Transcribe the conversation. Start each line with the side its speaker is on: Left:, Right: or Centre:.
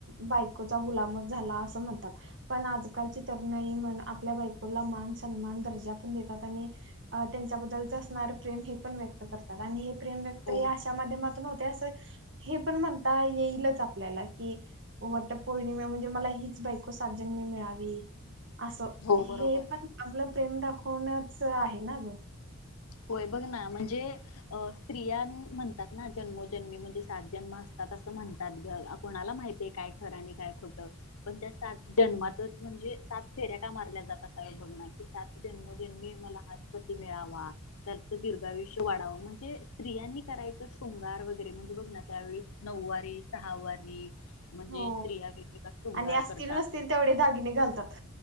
Right: बायकोचा गुलाम झाला असं म्हणतात. पण आजकालची तरुणाई म्हणजे आपल्या बायकोला मान सन्मान दर्जा पण देतात. आणि अ त्यांच्याबद्दलच असणार प्रेम हे पण व्यक्त करतात. आणि हे प्रेम व्यक्त
Left: हो
Right: हे अशा माध्यमात ते अस हे पण म्हणता येईलच आपल्याला. की वटपौर्णिमा म्हणजे मला हीच बायको सात जन्म मिळावी. असं.
Left: हो
Right: हे
Left: बरोबर
Right: पण आपलं प्रेम दाखवणच आहे. ना ग?
Left: होय बघ ना? म्हणजे अ.. स्त्रियांन म्हणतात ना. जन्मजन्मी मध्ये सात जन्म असतात. असं म्हणतात कोणाला माहितीये काय खर आणि काय खोट? पण त्या सात जन्मतःच म्हणजे सात फेऱ्या का मारल्या जातात? अस बघना की सात जन्मोजन्मी मला हाच पती मिळावा? त्याच दीर्घायुष्य वाढावं. म्हणजे स्त्रियांनी करायचं शृंगार वगैरे म्हणजे बघ ना? त्यावेळी नऊवारी सहावारी म्हणजे
Right: हो
Left: स्त्रिया वेगवेगळा शृंगार
Right: आणि असतील
Left: करतात.
Right: नसतील तेवढे दागिने घालतात